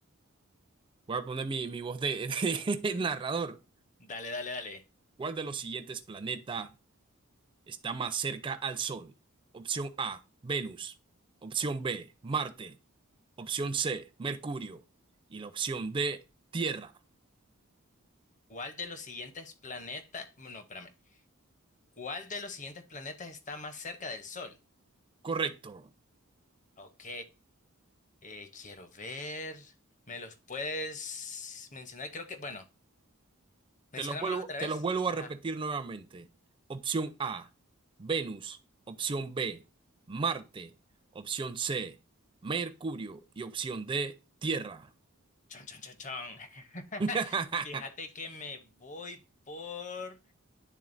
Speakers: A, on the right; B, on the left.
A: Voy a poner mi, mi voz de, <laughs> de narrador.
B: Dale, dale, dale.
A: ¿Cuál de los siguientes planetas está más cerca al Sol? Opción A, Venus. Opción B, Marte. Opción C, Mercurio. Y la opción D, Tierra.
B: ¿Cuál de los siguientes planetas... No, espérame. ¿Cuál de los siguientes planetas está más cerca del Sol?
A: Correcto.
B: Ok. eh, quiero ver. ¿Me los puedes mencionar? Creo que... Bueno, menciónamelos
A: Te los vuelvo,
B: otra
A: te
B: vez.
A: los vuelvo
B: Ajá.
A: a repetir nuevamente. Opción A, Venus. Opción B, Marte. Opción C, Mercurio. Y opción D, Tierra.
B: Chon, chon, chon, chon.
A: <laughs>
B: <laughs> Fíjate que me voy por